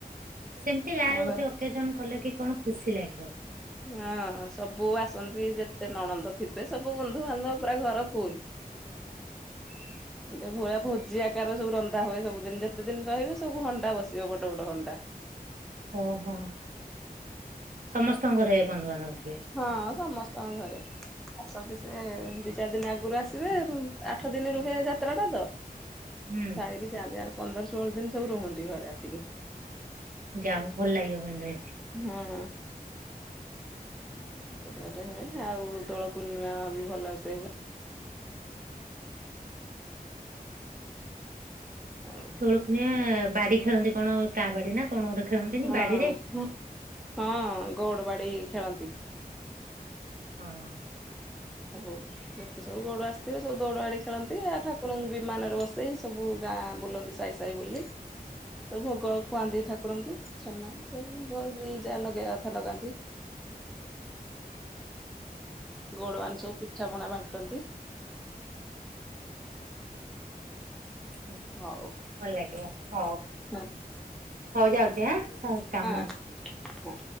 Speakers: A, on the right (about 60°); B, in the centre.
A: ସେମିତି ଗାଁରେ
B: ଆମ ଘରେ
A: ଗୋଟେ ଅକେଜନ କଲେ କି କଣ ଖୁସି ଲାଗିବ।
B: ହଁ ସବୁ ଆସନ୍ତି ଯେତେ ନଣନ୍ଦ ଥିବେ ସବୁ ବନ୍ଧୁବାନ୍ଧବ ପୁରା ଘର ଫୁଲ୍। <unintelligible> ଭୋଜି ଆ ଆକାର ସବୁ ରନ୍ଧା ହୁଏ ସବୁ ଦିନ ଯେତେ ଦିନ ରହିବେ ସବୁ ହଣ୍ଡା ବସିବ ବଡ ବଡ ହଣ୍ଡା।
A: ଓହୋ ସମସ୍ତଙ୍କ ଘରେ ଏ ବନ୍ଧୁବାନ୍ଧବ ଥି
B: ହଁ ସମସ୍ତଙ୍କ ଘରେ। ଆସନ୍ତି ସେ ଦି ଚାରି ଦିନ ଆଗରୁ ଆସିବେ ଆଠ ଦିନ ରୁହେ ଯାତ୍ରା ଟା ତ।
A: ହୁଁ
B: ସାରିକି ଯାଆନ୍ତି ଆଉ ପନ୍ଦର ଷୋହଳ ଦିନ ସବୁ ରୁହନ୍ତି ଘରେ ଆସିକି।
A: ଯାଉ ଭଲ ଲାଗିବ <unintelligible>
B: ହଁ। ସେଟା ଗୋଟେ ହୁଏ ଆଉ ଦୋଳ ପୂର୍ଣ୍ଣିମା ବି ଭଲ ସେ ହୁଏ। ଆଉ
A: ଦୋଳ ପୁର୍ଣିମା ବାଡି ଖେଳନ୍ତି କଣ କା ବାଡି ନା କଣ ଗୋଟେ ଖେଳନ୍ତିନି
B: ହଁ
A: ବାଡିରେ।
B: ହଁ ଗଉଡ ବାଡି ଖେଳନ୍ତି।
A: ହଁ।
B: ହବ। ଯେତେ ସବୁ ଗଉଡ ଆସିଥିବେ ସବୁ ଦୌଡ ବାଡି ଖେଳନ୍ତି ଆଉ ଠାକୁରଙ୍କୁ ବିମାନରେ ବସେଇ ସବୁ ଗାଁ ବୁଲନ୍ତି ସାଇ। ସାଇ ବୁଲି। ସବୁ ଭୋଗ ଖୁଆନ୍ତି ଠାକୁରଙ୍କୁ ଛେନା ସବୁ ଭ ଯାହା ଲଗେଇବା କଥା ଲଗାନ୍ତି। ଗୋଡ ମାନେ ସବୁ ପିଠା ପଣା ବାଣ୍ଟନ୍ତି।
A: ହୁଁ
B: ହଉ
A: ଭଲ ଲାଗିବ ହଉ
B: ହଁ
A: ହଉ ଯାଉଛି ଆଁ କାମ ଅଛି।
B: ହଁ।